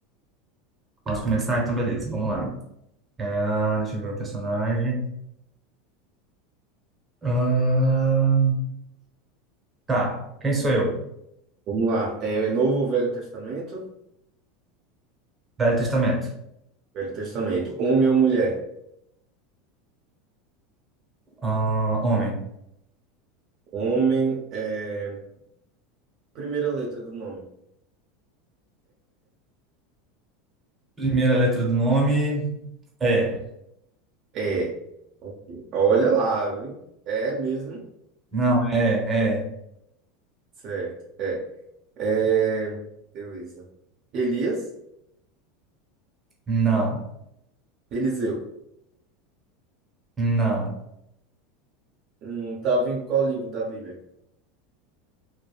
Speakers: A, on the right; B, on the right.
A: Posso começar? Então, beleza, vamos lá. É, deixa eu ver o personagem. Ah, tá, quem sou eu?
B: Vamos lá. É Novo ou Velho Testamento?
A: Velho Testamento.
B: Velho Testamento. Homem ou mulher?
A: Ah, homem.
B: Homem, é... primeira letra do nome.
A: Primeira letra do nome é.
B: É. Ok. Olha lá, viu? É mesmo?
A: Não, é, é.
B: Certo. É. É. Beleza. Elias?
A: Não,
B: Eliseu.
A: não.
B: Hum, tava em qual livro da Bíblia?